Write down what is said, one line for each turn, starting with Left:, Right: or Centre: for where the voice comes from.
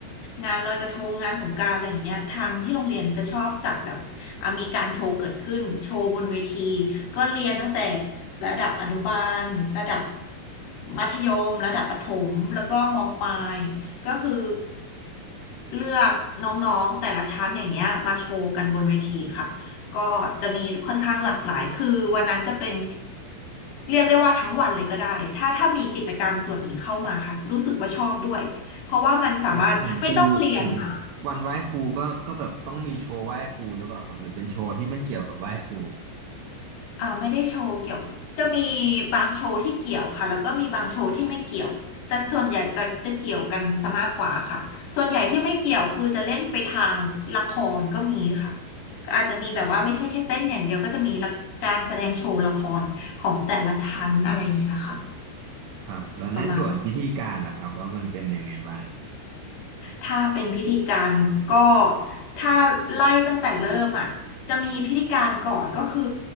Left: งานลอยกระทงงานสงกรานต์อะไรอย่างเงี้ยทางที่โรงเรียนจะชอบจัดแบบอ่ะมีการโชว์เกิดขึ้นโชว์บนเวทีก็เรียนตั้งแต่ระดับอนุบาลระดับมัธยมระดับประถมแล้วก็มปลายก็คือเลือกน้องๆแต่ละชั้นอย่างเงี้ยมาโชว์กันบนเวทีค่ะ ก็จะมีค่อนข้างหลากหลาย คือวันนั้นจะเป็นเรียกได้ว่าทั้งวันเลยก็ได้ถ้าถ้ามีกิจกรรมส่วนนี้เข้ามาค่ะรู้สึกว่าชอบด้วย เพราะว่ามันสามารถไม่ต้องเรียนค่ะ
Right: แบบของครูของวันไหว้ครูก็ก็แบบต้องมีโชว์ไหว้ครูหรือเปล่าครับหรือเป็นโชว์ที่ไม่เกี่ยวกับไหว้ครู
Left: อ่าไม่ได้โชว์เกี่ยวจะมีบางโชว์ที่เกี่ยวค่ะแล้วก็มีบางโชว์ที่ไม่เกี่ยวแต่ส่วนใหญ่จะจะเกี่ยวกันซะมากกว่าค่ะส่วนใหญ่ที่ไม่เกี่ยวคือจะเล่นไปทางละครก็มีค่ะก็อาจจะมีแบบว่าไม่ใช่แค่เต้นอย่างเดียวก็จะมีละการแสดงโชว์ละครของแต่ละชั้นอะไรอย่างเงี้ยค่ะ
Right: ครับแล้วในส่วนพิธีการล่ะครับว่ามันเป็นยังไงบ้าง
Left: ประมาณถ้าเป็นพิธีการก็ถ้าไล่ตั้งแต่เริ่มอ่ะจะมีพิธีการก่อนก็คือ